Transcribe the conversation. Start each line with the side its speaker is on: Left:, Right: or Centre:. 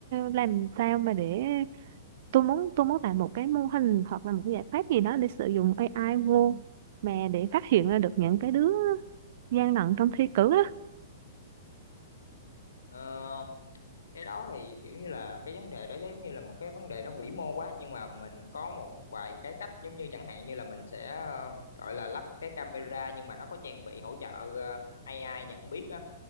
Right: làm sao mà để tôi muốn tôi muốn làm một cái mô hình hoặc là một cái giải pháp gì đó để sử dụng AI vô mà để phát hiện ra được những cái đứa gian lận trong thi cử á.
Left: Ờ, cái đó thì kiểu như là cái vấn đề đó giống như là một cái vấn đề nó vĩ mô quá nhưng mà mình có một vài cái cách giống như chẳng hạn như là mình sẽ ờ, gọi là lắp cái camera nhưng mà nó có trang bị hỗ trợ ờ, AI nhận biết á